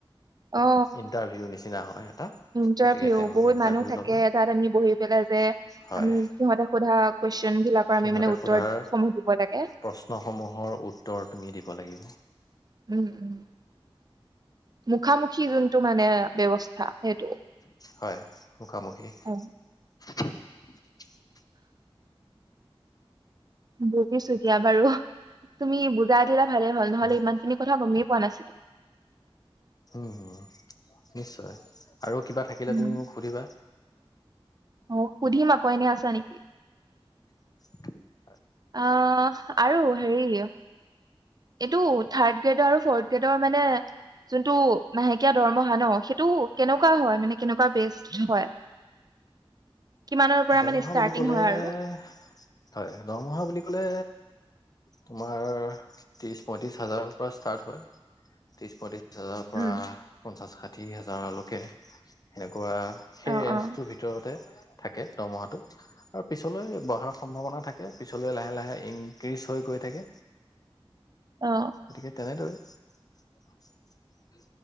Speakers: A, on the right; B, on the left.
A: অ
B: ইণ্টাৰভিউ নিচিনা হয় এটা
A: ইটাৰভিউ
B: গতিকে তেওঁলোকে
A: বহুত
B: ইণ্টাৰভিউ
A: মানুহ থাকে
B: ল'ব
A: তাত আমি বহি পেলে যে
B: হয়
A: আমি সিহঁতে সোধা কুৱেচন বিলাকৰ
B: সিহঁতে
A: আমি ম উত্তৰ
B: সোধাৰ
A: সমূহ দিব লাগে
B: প্ৰশ্নসমূহৰ উত্তৰ তুমি দিব লাগিব।
A: উম উম। মুখামুখি যোনটো মানে ব্যৱস্থা সেইটো।
B: হয় মুখামুখি
A: অ
B: <unintelligible>
A: বুজিছো দিয়া বাৰু তুমি বুজাই দিলা ভালে হ'ল নহলে
B: উম
A: ইমান খিনি কথা গমি পোৱা নাছিল
B: উম নিশ্চয় আৰু কিবা থাকিলে
A: উম
B: তুমি মোক সুধিবা
A: অ সুধিম আক এনেই আছা নেকি
B: <unintelligible>
A: অহ আৰু হেৰি এইটো থাৰ্ড গ্ৰেডৰ আৰু ফৰ্থ গ্ৰেডৰ মানে যোনটো মাহেকীয়া দৰমহা ন সেইটো কেনেকুৱা হয় মানে কেনেকুৱা বেচ হয় কিমানৰ পৰা
B: দৰমহা
A: মানে ষ্টাৰ্টিং
B: বুলি ক'লে
A: হয়
B: হয়
A: আৰু
B: দৰমহা বুলি মানে তোমাৰ টিছ পৈত্ৰিছ হাজাৰ পৰা ইস্তাত হয় ত্ৰিচ পৈত্ৰিচ বিশ হাজাৰৰ পৰা
A: উম
B: পঞ্চাছ ঠিক আছে অকে খোৱা সেই
A: অ
B: ৰেজটোৰ
A: অ
B: ভিতৰতে থাকে দমহাটো আৰু পিছলৈ বহাৰ সম্ভাৱনা থাকে পিছলৈ লাহে লাহে ইনক্ৰিজ হৈ গৈ থাকে
A: অ
B: গতিকে তেনেদৰে <unintelligible>